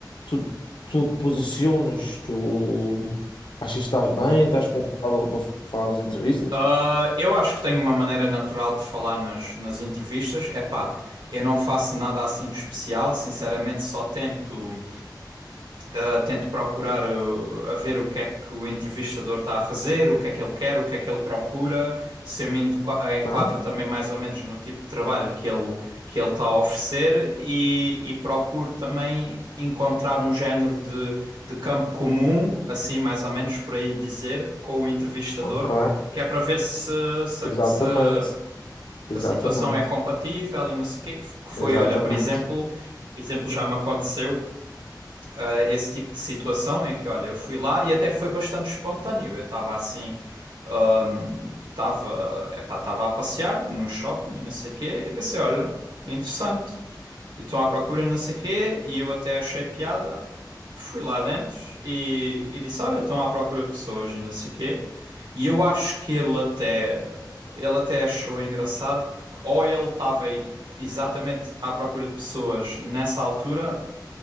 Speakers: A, on the left; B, on the right.
A: tu, tu te posicionas, tu achas que estás bem, estás confortável para falar nas entrevistas?
B: Ah, eu acho que tenho uma maneira natural de falar nas, nas entrevistas. É pá, eu não faço nada assim de especial. Sinceramente, só tento. Uh, tento procurar uh, a ver o que é que o entrevistador está a fazer, o que é que ele quer, o que é que ele procura, se eu me enqua-
A: Ok.
B: enquadro também mais ou menos no tipo de trabalho que ele que ele está a oferecer e, e procuro também encontrar um género de, de campo comum, assim mais ou menos por aí dizer, com o entrevistador,
A: Ok,
B: que é para ver se, se,
A: exatamente,
B: a- se a
A: exatamente,
B: se a situação é compatível e não sei o quê. Que foi,
A: exatamente.
B: olha, por exemplo, por exemplo, já me aconteceu eh, esse tipo de situação em que, olha, eu fui lá e até foi bastante espontâneo. Eu estava assim, hum, estava, epá, estava a passear no shopping e não sei o quê, e pensei, olha, interessante. E Estão à procura e não sei o quê, e eu até achei piada. Fui lá dentro e, e disse, olha, estão à procura de pessoas e não sei o quê. E eu acho que ele até, ele até achou engraçado, porque ou ele estava aí exatamente à procura de pessoas nessa altura,